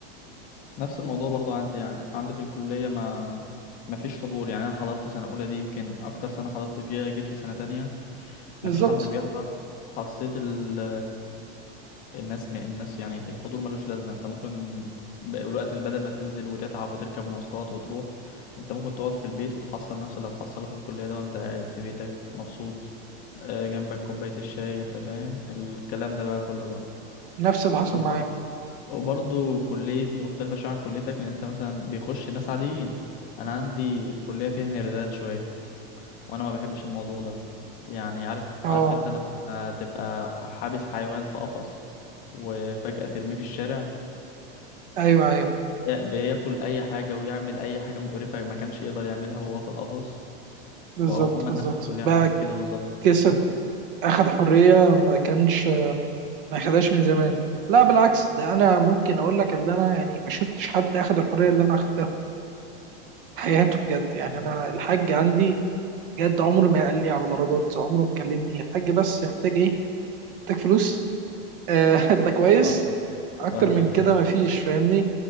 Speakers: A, on the left; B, on the right.
A: نفس الموضوع برضو عندي يعني عندي في الكلية ما ما فيش حضور يعني انا حضرت سنة اولى دي يمكن اكتر سنة حضرت فيها جيت في سنة تانية
B: بالظبط
A: مفيش حد بيحضر حسيت ال الناس م... الناس يعني الحضور ملوش لازمة انت ممكن ب- الوقت اللي بدل ما تنزل وتتعب وتركب مواصلات وتروح انت ممكن تقعد في البيت وتحصل نفس اللي هتحصله في الكلية ده وانت قاعد في بيتك مبسوط آه، جنبك كوباية الشاي انت فاهم الكلام ده بقى كله بقى
B: نفس اللي حصل
A: وبر-
B: معايا
A: وبرضه كليتي مختلفة شوية عن كليتك ان انت مثلا بيخش ناس عاديين انا عندي الكلية فيها نيردات شوية وانا ما بحبش الموضوع ده يعني عارف
B: اه
A: عارف انت لما تبقى حابس حيوان في قفص وفجأة ترميه في الشارع
B: ايوه ايوه
A: بياكل اي حاجة ويعمل اي حاجة مقرفة ما كانش يقدر يعملها وهو في القفص
B: بالظبط
A: وهم الناس
B: بالظبط
A: في الكلية عاملين
B: بقى
A: كده بالظبط
B: كسب
A: فاهم
B: اخد حريه ما كانش ما خدهاش من زمان لا بالعكس ده انا ممكن اقول لك ان انا يعني ما شفتش حد اخد الحريه اللي انا اخدتها في حياته بجد يعني
A: مم.
B: انا الحاج عندي بجد عمره ما قال لي على درجات عمره ما كلمني الحاج بس محتاج ايه محتاج فلوس آه <laughs> انت كويس
A: اه
B: اكتر
A: فاهمك
B: من كده
A: ايوه
B: ما فيش فاهمني